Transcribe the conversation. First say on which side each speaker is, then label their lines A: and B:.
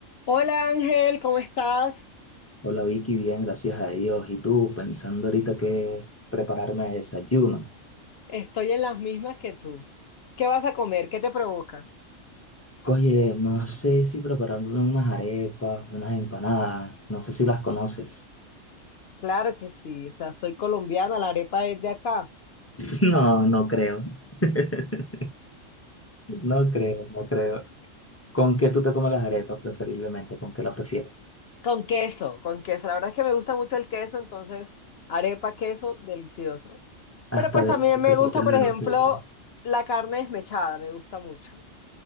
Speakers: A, on the left; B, on the left.
A: Hola Ángel, ¿cómo estás?
B: Hola Vicky, bien, gracias a Dios. ¿Y tú? Pensando ahorita que prepararme de desayuno.
A: Estoy en las mismas que tú. ¿Qué vas a comer? ¿Qué te provoca?
B: Oye, no sé si prepararme unas arepas, unas empanadas, no sé si las conoces.
A: Claro que sí, o sea, soy colombiana, la arepa es de acá.
B: <laughs> No, no creo. <laughs> No creo, no creo. ¿Con qué tú te comes las arepas preferiblemente? ¿Con qué las prefieres?
A: Con queso, con queso. La verdad es que me gusta mucho el queso, entonces arepa, queso, delicioso.
B: Hasta
A: Pero pues
B: de
A: también
B: eso
A: me
B: se
A: gusta,
B: copian
A: por
B: de
A: ejemplo,
B: nosotros.
A: la carne desmechada, me gusta mucho.